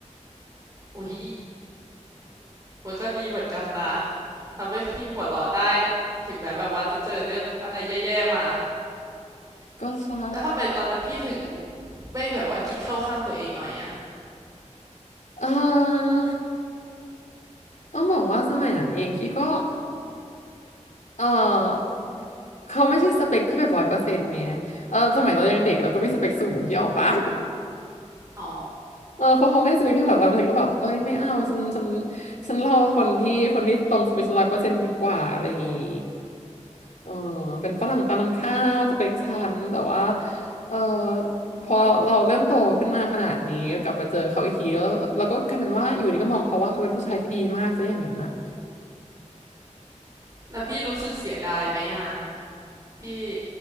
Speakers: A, on the right; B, on the left.
A: อุ้ย
B: อืม
A: มันก็ดีเหมือนกันนะ ทำให้พี่หัวเราะได้ถึงแม้แบบว่าจะเจอเรื่องอะไรแย่ๆมา
B: ก็ใช่
A: แล้วทำไมตอนนั้นพี่ถึงไม่แบบว่าคิดเข้าข้างตัวเองหน่อยอะ
B: เออต้องบอกว่าสมัยนั้นเองพี่ก็เออเขาไม่ใช่สเปคพี่แบบร้อยเปอร์เซ็นต์ไงเออสมัยเรายังเด็กเราก็มีสเปคสูงที่ออกปะ
A: อ๋อ
B: เออเพราะเขาไม่ให้สเปคพี่แบกเราฉันก็แบบเอ้ยไม่เอาฉันฉันฉันรอคนที่คนที่ตรงสเปคร้อยเปอร์เซ็นต์ดีกว่าอะไรอย่างงี้เออเป็นฝรั่งตามน้ำข้าวสเปคฉันแต่ว่าเออพอเราเริ่มโตขึ้นมาขนาดนี้กลับไปเจอเขาอีกทีแล้วเราก็กลายเป็นว่าอยู่ดีก็มองเขาว่าเขาเป็นผู้ชายที่ดีมากซะอย่างนั้นนะ
A: แล้วพี่รู้สึกเสียดายไหมอะที่